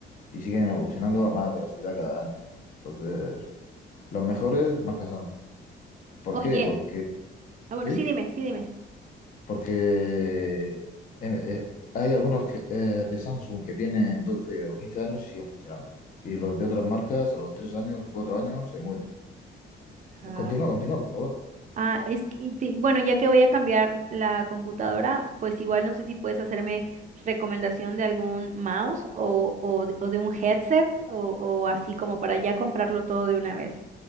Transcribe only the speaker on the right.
Oye,
ah, bueno,
sí, dime, sí, dime.
Ah,
ah, es que, y te- bueno, ya que voy a cambiar la computadora, pues igual no sé si puedes hacerme recomendación de algún mouse o, o, de o de un headset o, o así como para ya comprarlo todo de una vez.